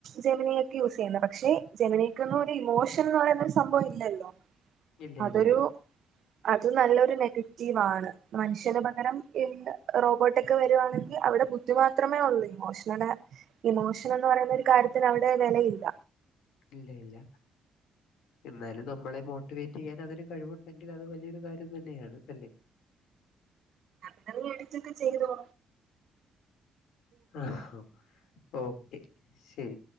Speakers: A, on the right; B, on the left.
A: ജമിനിയൊക്കെ യൂസ് ചെയ്യുന്നെ പക്ഷെ ജമിനിക്കൊന്നും ഒരു ഇമോഷൻ എന്ന് പറയുന്നൊരു സംഭവം ഇല്ലല്ലോ
B: ഇല്ല
A: അതൊരു
B: ഇല്ല
A: അത് നല്ലൊരു നെഗറ്റീവ് ആണ് മനുഷ്യന് പകരം എ ഐ റോബോട്ടൊക്കെ വരുവാണെങ്കിൽ അവിടെ ബു ദ്ധി മാത്രമേ ഉള്ളൂ ഇമോഷന് ഇമോഷൻ എന്ന് പറയുന്ന ഒരു കാര്യത്തിന് അവിടെ വിലയില്ല
B: ഇല്ല ഇല്ല എന്നാലും നമ്മളെ മോ ട്ടിവേറ്റ് ചെയ്യാൻ അതിന് കഴിവുണ്ടെങ്കിൽ അത് വലിയൊരു കാര്യം തന്നെയാണ് അല്ലേ
A: എന്നാ നീ അടച്ചിട്ട് ചെയ്തോ
B: ആഹ് ഓക്കെ ശരി